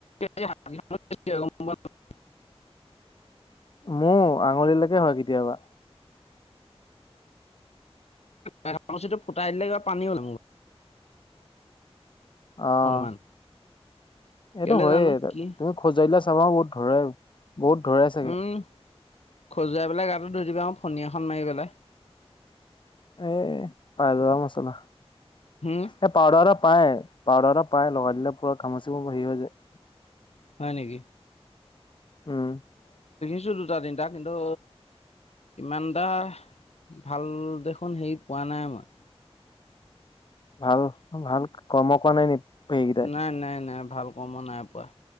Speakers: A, on the left (about 80°); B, on the left (about 50°).
A: <unintelligible>
B: মোৰ আঙুলিলৈকে হয় কেতিয়াবা।
A: ঘামুচিটো ফুটাই দিলে কিবা পানী ওলাই মোৰ।
B: অঁ।
A: অকমান
B: এইটো
A: কেলে
B: হয়য়ে
A: জানো কি
B: তুমি খজুৱাই দিলে চাবা চোন বহুত ধৰে বহুত ধৰে চাগে।
A: উম, খজুৱাই পেলাই গাটো ধুই দিবাচোন ফণী এখন মাৰি পেলাই।
B: এ পাই যাবা মছলা,
A: হুম
B: এই পাউদাৰ এটা পায়। পাউদাৰ এটা পাই লগাই দিলে পুৰা ঘামূচিবোৰ হেৰি হৈ যায়।
A: হয় নেকি?
B: উম
A: লগাইছো দুটা তিনিটা কিন্তু ইমানটা ভাল দেখোন হেৰি পোৱা নাই মই।
B: ভাল ভাল কৰ্ম কৰা নাই নি? সেইকেইটাই
A: নাই নাই নাই ভাল কৰ্ম নাই পোৱা,